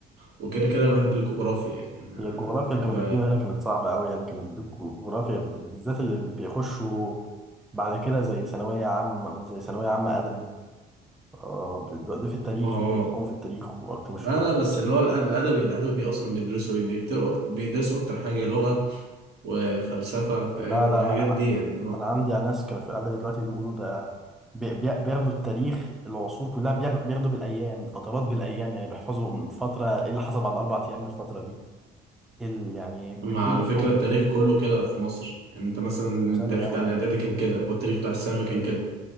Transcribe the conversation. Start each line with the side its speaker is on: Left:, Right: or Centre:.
Right: وكده كده انا بحب الجغرافيا يعني انا
Centre: هي الجغرافيا اللي
Right: ب...
Centre: كانوا بيدوها هنا كانت صعبة أوي يعني كانوا بيدوك جغرافيا بالذات اللي بيخشوا بعد كده زي ثانوية عامة زي ثانوية عامة أدبي آه، بيدوا- ده في التاريخ
Right: اه
Centre: بيدخلهم في التاريخ وقت مش
Right: لا
Centre: الشغل
Right: لا بس اللي هو الأد- الادبي الادبي اصلا بيدرسوا ايه بيكتروا أكت- بيدرسوا اكتر حاجة لغة وفلسفة فاهم
Centre: لا لا
Right: والحاجات
Centre: أنا أنا
Right: دي يعني
Centre: أنا عندي ناس كانوا في أدبي دلوقتي بيقولوا ده بي- بي- بياخدوا التاريخ العصور كلها بياخ- بياخدوا بالأيام فترات بالأيام يعني بيحفظوا من فترة إيه اللي حصل بعد أربع أيام من الفترة دي إيه اللي- يعني بيكون
Right: ما على
Centre: موضوع
Right: فكرة التاريخ كله كده في مصر يعني انت مثلا
Centre: مسلي
Right: التاريخ بتاع
Centre: أوي
Right: الاعدادي
Centre: يعني
Right: كان كده والتاريخ بتاع الثانوي كان كده